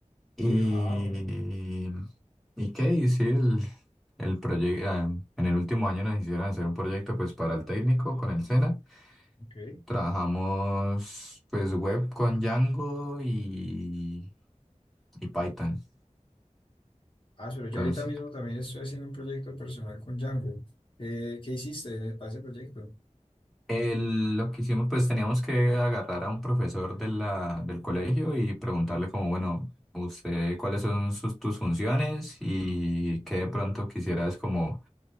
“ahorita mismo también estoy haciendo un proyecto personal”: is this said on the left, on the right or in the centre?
Left